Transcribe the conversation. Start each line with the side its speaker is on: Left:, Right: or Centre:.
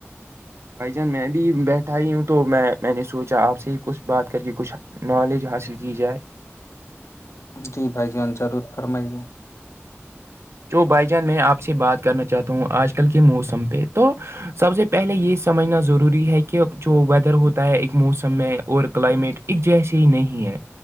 Right: بھائی جان میں بھی بیٹھا ہی ہوں تو میں میں نے سوچا آپ سے ہی کچھ بات کر کے کچھ نالج حاصل کی جائے
Left: جی بھائی جان ضرور فرمائیے
Right: جو بھائی جان میں آپ سے بات کرنا چاہتا ہوں آج کل کے موسم پہ تو سب سے پہلے یہ سمجھنا ضروری ہے کہ جو ویدر ہوتا ہے ایک موسم میں اور کلائمیٹ جیسی ہی نہیں ہے